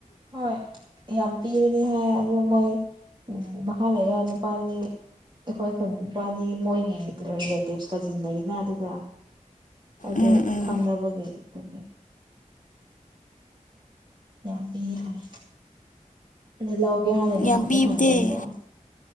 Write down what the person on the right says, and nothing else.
ꯍꯣꯏ ꯌꯥꯝ ꯄꯤꯕꯅꯤ ꯍꯥꯏ ꯑ ꯃꯣꯏ ꯎ ꯃꯈꯥ ꯂꯩꯕ ꯅꯨꯄꯥꯅꯤ ꯑꯩꯈꯣꯏ ꯈꯨꯟ ꯅꯨꯄꯥꯅꯤ ꯃꯣꯏꯒꯤ ꯔꯤꯂꯦꯇꯤꯞ ꯀꯖꯤꯟ ꯂꯩꯅ ꯑꯗꯨꯗ ꯑꯗꯨ
ꯈꯪꯅꯕꯒꯤ ꯑꯗꯨ ꯌꯥꯝ ꯄꯤ ꯍꯥꯏ ꯑ ꯂ ꯒꯦ ꯍꯥꯟꯅ ꯅꯍꯥꯟꯗꯤ
ꯍꯪꯕꯅꯤꯕ